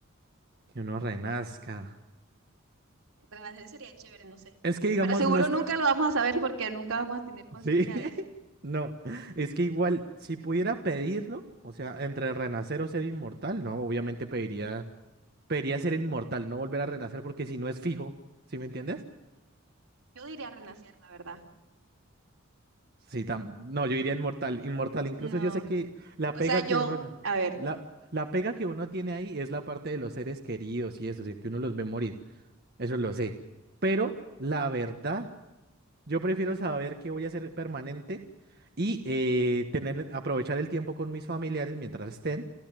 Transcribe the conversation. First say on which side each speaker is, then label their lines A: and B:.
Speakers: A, on the right; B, on the right.
A: Que uno renazca.
B: ¿verdad? Eso sería chévere, no sé.
A: Es que digamos,
B: Pero seguro
A: no es...
B: nunca lo vamos a saber porque nunca vamos a tener conciencia
A: Sí,
B: de
A: <laughs>
B: eso.
A: no, es que igual, si pudiera pedirlo, o sea, entre renacer o ser inmortal, no, obviamente pediría... Debería ser inmortal, no volver a renacer, porque si no es fijo, ¿sí me entiendes?
B: Yo diría renacer, la verdad.
A: Sí, tam- no, yo iría inmortal, inmortal. Incluso
B: No,
A: yo sé que la
B: o
A: pega
B: sea, yo,
A: que uno,
B: a ver,
A: la, la pega que uno tiene ahí es la parte de los seres queridos y eso, o sea, que uno los ve morir, eso lo sé. Pero la verdad Yo prefiero saber que voy a ser permanente y eh, tener, aprovechar el tiempo con mis familiares mientras estén